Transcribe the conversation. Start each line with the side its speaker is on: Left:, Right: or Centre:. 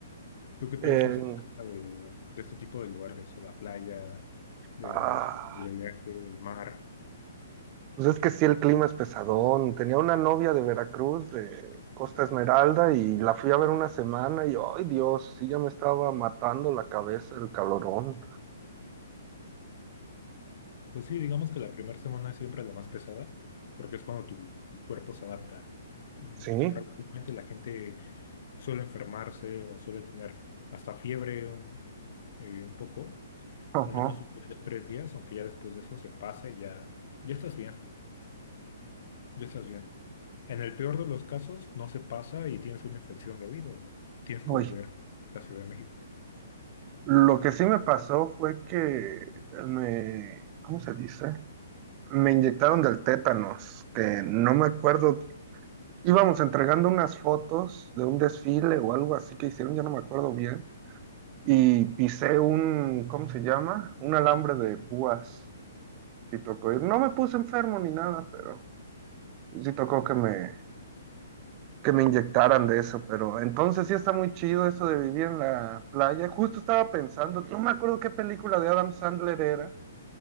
Left: ¿Tú qué piensas
Right: En-
Left: acerca de, de este tipo de lugares, de la playa, del,
Right: ah,
Left: del oleaje, del mar?
Right: pues es que sí, el clima es pesadón. Tenía una novia de Veracruz, de Costa Esmeralda, y la fui a ver una semana y, ay Dios, sí ya me estaba matando la cabeza el calorón.
Left: Pues sí, digamos que la primera semana es siempre la más pesada, porque es cuando tu cuerpo se adapta. Mm,
Right: Sí,
Left: Realmente la gente suele enfermarse o suele tener hasta fiebre un, eh, un poco,
Right: ajá.
Left: al menos unos dos, tres días, aunque ya después de eso se pasa y ya, ya estás bien, ya estás bien. En el peor de los casos no se pasa y tienes una infección de oído y tienes
Right: Uy,
Left: que volver a la Ciudad de México.
Right: lo que sí me pasó fue que me, ¿cómo se dice? Me inyectaron del tétanos, que no me acuerdo íbamos entregando unas fotos de un desfile o algo así que hicieron, ya no me acuerdo bien, y pisé un, ¿cómo se llama? Un alambre de púas. Sí tocó ir. No me puse enfermo ni nada, pero sí tocó que me, que me inyectaran de eso, pero entonces sí está muy chido eso de vivir en la playa. Justo estaba pensando, no me acuerdo qué película de Adam Sandler era,